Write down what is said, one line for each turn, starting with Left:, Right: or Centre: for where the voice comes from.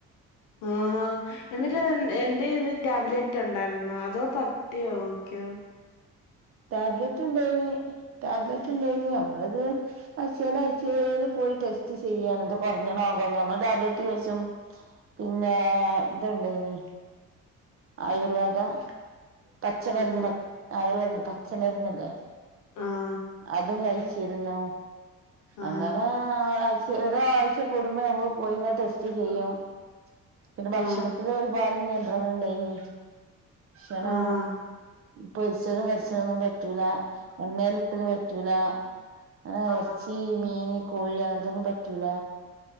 Left: ആഹാ എന്നിട്ട് എന്ത്തി ടാബ്ലെറ്റ് ഉണ്ടായിന്നോ അതോ പട്ടിയ നോക്കയാ
Right: ടാബ്ലറ്റ് ഉണ്ടോന് ടാബ്ലറ്റ് ക്ക് ല്ലെന്നു നന്നാലിത് അഴച്ചൽ അയച്ചൽ പോയി ടെസ്റ്റ് ചെയ്യാണ് ഇദ് കുറഞ്ഞ കുറഞ്ഞ നമ്മ ടാബ്‌ലറ്റ് കഴിച്ചും പിന്നെ ഇതുണ്ടന് ആയുർവദ പച്ച മരുന്ന്
Left: ആഹ്
Right: പ ആയുർവേദ പച്ചമരുന്നില്ലേ
Left: ആഹ്
Right: അതും കഴിച്ചിരുന്നു
Left: ആഹ് ആഹാ
Right: അങ്ങനെ ഒരാഴ ഒരാഴ്ച കൂടുമ്പോ നമ്മൾ പോയിങ്ങ ടെസ്റ്റ് റ്റ് ചെയ്യും പിന്നെ ഭക്ഷണത്തി
Left: ആഹ്
Right: ഒരുപാട് നിയന്ത്രണം ഉണ്ടനി മ്
Left: ആഹാ
Right: പൊരിച്ചതും കരിച്ചതൊന്നും പറ്റ പറ്റുല എണ്ണൽ ഇട്ടത് പറ്റൂല അങ്ങന
Left: ആഹാ
Right: ഇറച്ചി മീൻ കോഴി അങ്ങന അതൊന്നും പറ്റൂല